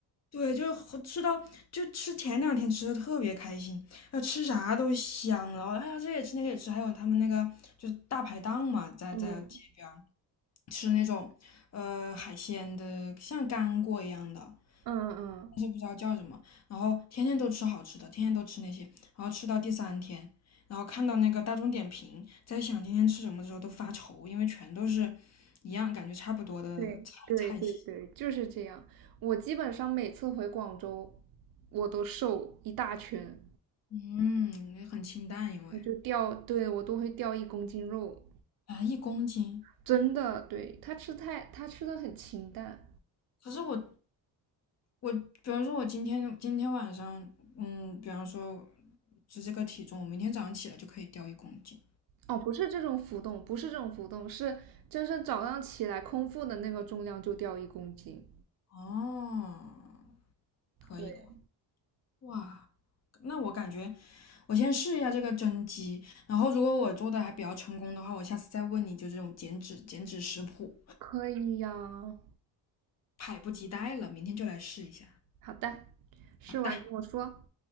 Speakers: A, on the left; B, on the right.
A: 对，就是和吃到就吃前两天吃的特别开心，呃，吃啥都香了。哎呀，这也吃那个也吃，还有他们那个就是大排档嘛，在在街边儿
B: 嗯，
A: 吃那种呃海鲜的，像干锅一样的，
B: 嗯嗯，
A: 但是不知道叫什么。然后天天都吃好吃的，天天都吃那些，然后吃到第三天，然后看到那个大众点评，在想今天吃什么的时候都发愁，因为全都是一样，感觉差不多的菜菜系。
B: 对，对对对，就是这样。我基本上每次回广州，我都瘦一大圈，
A: 嗯，也很清淡，因为。
B: 我就掉，对，我都会掉一公斤肉，
A: 啊，一公斤。
B: 真的。对，他吃太，他吃的很清淡。
A: 可是我我，比方说，我今天今天晚上，嗯，比方说是这个体重，我明天早上起来就可以掉一公斤。
B: 哦，不是这种浮动，不是这种浮动，是真正早上起来空腹的那个重量就掉一公斤。
A: 哦，可以的。
B: 对，
A: 哇，那我感觉我先试一下这个蒸鸡，然后如果我做的还比较成功的话，我下次再问你就这种减脂减脂食谱，
B: 可以呀，
A: 迫不及待了，明天就来试一下。
B: 好的，试完跟我说。
A: 好的，